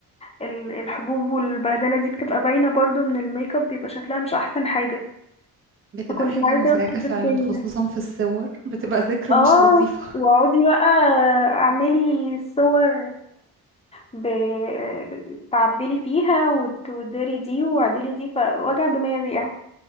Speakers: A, on the left (about 15°); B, on the right (about 35°).
A: ال- الحبوب والبهدله دي بتبقى باينه برضو من الميك اب بيبقى شكلها مش احسن حاجه
B: بتبقى
A: فكنت
B: حاجة
A: عايزه
B: مزعجة
A: اظبط
B: فعلا
A: الدنيا
B: خصوصا في الصور بتبقى ذكرى
A: اه
B: مش لطيفة
A: واقعدي بقى اعملي صور ب- تعدلي فيها وت- وتداري دي وعدلي دي فوجع دماغي يعني